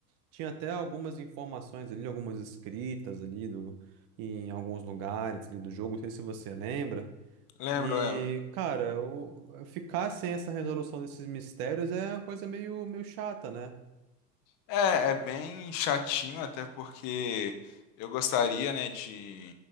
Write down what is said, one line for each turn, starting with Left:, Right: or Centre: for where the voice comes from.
Right: Tinha até algumas informações ali, algumas escritas ali do, em alguns lugares ali do jogo. Não sei se você lembra.
Left: lembro,
Right: E,
Left: lembro.
Right: cara, o- ficar sem essa resolução desses mistérios é uma coisa meio, meio chata, né?
Left: É, é bem chatinho, até porque eu gostaria, né, de,